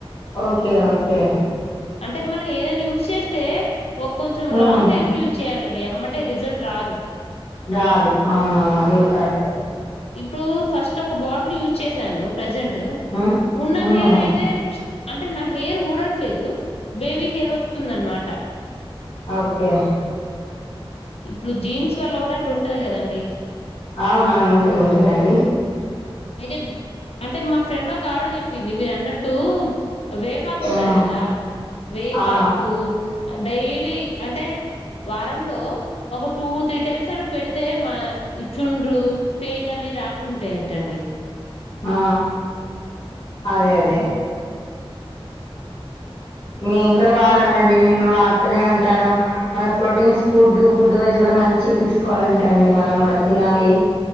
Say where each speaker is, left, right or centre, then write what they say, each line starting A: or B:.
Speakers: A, on the left; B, on the left.
A: ఓకే ఓకే
B: అంటే మనం ఏదైనా టె ఒక్ కొంచెం
A: ఉమ్,
B: లాంగ్ టైమ్ యూజ్ చేయాలన్ అండి ఏమ్మటే రిజల్ట్ రాదు
A: రాదు అవునవును అది కూడా కరెక్టే
B: ఇప్పుడు ఫస్ట్ ఒక బాటిల్ యూజ్ చేసాను ప్రజెంట్
A: ఉమ్
B: ఉన్న
A: ఉమ్
B: హెయిర్ అయితే అంటే నా హెయిర్ ఊడట్లేదు బేబీ హెయిర్ వస్తుంద అన్మాట
A: ఒకే
B: ఇప్పుడు జీన్స్ వల్ల కూడా అట్లా ఉంటది కదండి
A: అవున అవును ఉంటది ఉంటదండి
B: అయితే అంటే మా ఫ్రెండ్ ఒక ఆవిడ చెప్పింది మీరు అన్నట్టు వేపాకు ఉంటది
A: ఆ
B: కదా వేపాకు
A: ఆ
B: డైలీ అంటే వారంలో ఒక టూ త్రీ టైమ్స్ అయినా పెడితే మా చుండ్రు పేల అన్ని రాకుండ ఉంటాయటండి
A: ఆ అదే అదే మేము కూడా వాడాలండి నేను కూడా వాడుతూనే ఉంటాను మన ప్రోటీన్స్ ఫుడ్ ఫుడ్ వైస్ కూడా మంచి తీసుకోవాలంటా అండి మనం కూడా తినాలి